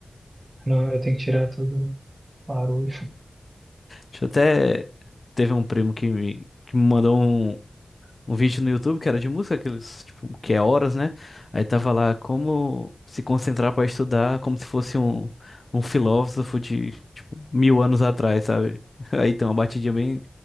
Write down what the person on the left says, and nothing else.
Deixa eu até. Teve um primo que me, que me mandou um. um vídeo no YouTube que era de música, aqueles, tipo, que é horas, né? Aí tava lá como se concentrar para estudar, como se fosse um, um filósofo de, tipo, mil anos atrás, sabe? <laughs> Aí tem uma batidinha bem,